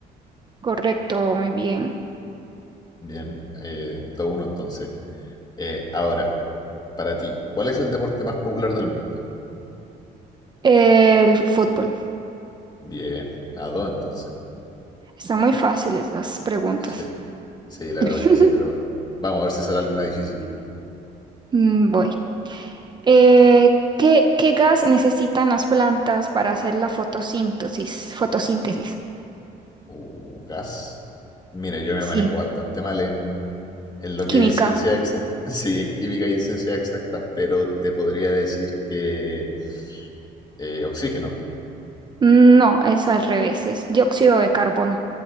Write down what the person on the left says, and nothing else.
Bien, eh, todo uno entonces. Eh, ahora, para ti, ¿cuál es el deporte más popular del mundo?
Bien, a dos entonces. <laughs>
Sí, sí, la verdad
es que sí, pero vamos a ver si sale alguna difícil.
Uh, gas. Mira, yo me
manejo bastante mal en, en lo que
es ciencia exacta, <laughs> sí, en química y en ciencias exactas, pero te podría decir que eh, oxígeno.